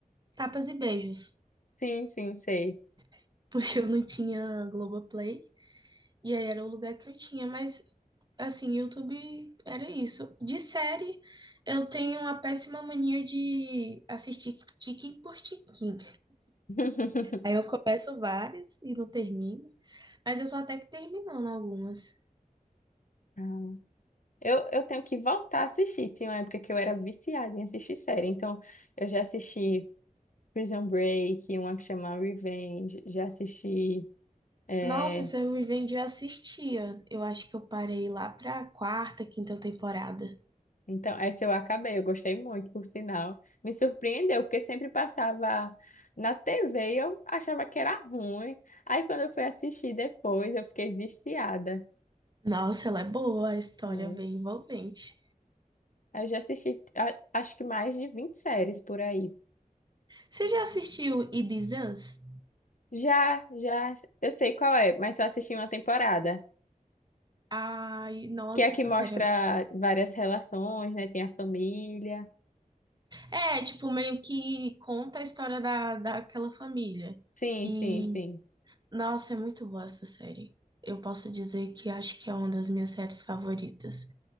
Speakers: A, on the right; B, on the left.
A: Tapas e Beijos,
B: Sim, sim, sei.
A: <laughs> porque eu não tinha Globoplay. E aí era o lugar que eu tinha, mas assim, YouTube era isso. De série, eu tenho uma péssima mania de assistir tiquim por tiquim.
B: <laughs>
A: Aí eu começo várias e não termino, mas eu tô até que terminando algumas.
B: Ah, Eu, eu tenho que voltar a assistir. Tinha uma época que eu era viciada em assistir série. Então, eu já assisti Prison Break, uma que chama Revenge, já assisti. eh,
A: Nossa, se eu me vendi, eu assistia. Eu acho que eu parei lá pra quarta, quinta temporada.
B: Então, essa eu acabei, eu gostei muito, por sinal. Me surpreendeu, porque sempre passava na TV e eu achava que era ruim. Aí, quando eu fui assistir depois, eu fiquei viciada.
A: Nossa, ela é boa, a história
B: É.
A: é bem envolvente.
B: Eu já assisti, a- acho que mais de 20 séries por aí.
A: Você já assistiu It Is Us?
B: Já, já, eu sei qual é, mas só assisti uma temporada.
A: Ai, nossa,
B: Que é a que
A: essa
B: mostra
A: série é
B: várias relações, né? Tem a família.
A: É, tipo, meio que conta a história da, daquela família.
B: Sim,
A: E,
B: sim, sim.
A: nossa, é muito boa essa série. Eu posso dizer que acho que é uma das minhas séries favoritas.